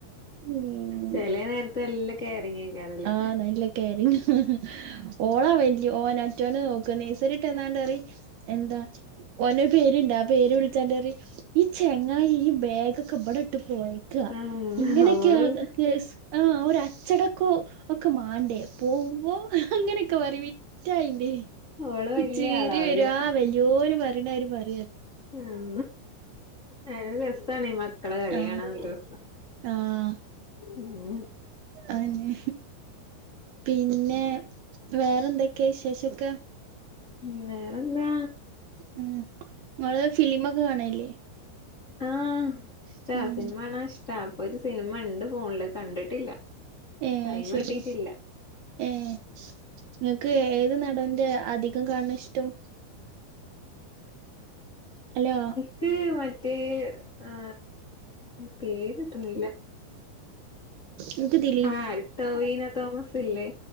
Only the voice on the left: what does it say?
ചെല നേരത്ത് നല്ല കെയറിങ്ങ് ഏകാരം ല്ലേ
ആഹ്
ഓള്
ഓള് വല്യ
ആളാവുല്ലേ
ഉം നല്ല രസണ് ഈ മക്കളെ കളി
കാണാൻ നല്ല രസ
ഉം
ഉം വേറെന്താ
ആഹ് ഇഷ്ടാ
സിനിമ കാണാൻ ഇഷ്ടാ ഇപ്പൊ ഒരു സിനിമ ഇണ്ട് ഫോണില് കണ്ടിട്ടില്ല
ടൈമ്
കിട്ടിയിട്ടില്ല
ക്ക് മറ്റേ ആ പേര് കിട്ടുന്നില്ല
ആ ടൊവീനോ തോമസ് ഇല്ലേ